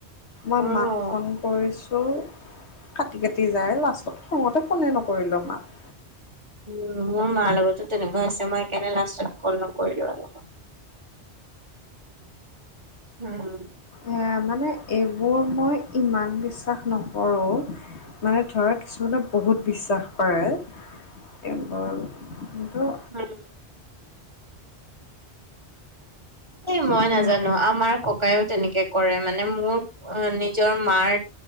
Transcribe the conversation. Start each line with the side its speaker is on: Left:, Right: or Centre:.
Right: মোৰো
Left: মই মাক ফোন কৰিছো। ত কাটি কাটি যায় লাষ্টত খংতে ফোনে নকৰিলোঁ মাক।
Right: উম মোৰ মাৰ লগতো তেনেকুৱা হৈছে মই সকাৰণে লাষ্টত কল ন কৰিলো আৰু হম,
Left: এ মানে এইবোৰ মই ইমান বিশ্বাস নকৰোঁ। মানে ধৰা কিছুমানে বহুত বিশ্বাস কৰে। এইবোৰ কিন্তু।
Right: হম, এ মই
Left: উম,
Right: নাজানো আমাৰ ক ককায়ো তেনেকে কৰে মানে মোৰ নিজৰ মাৰ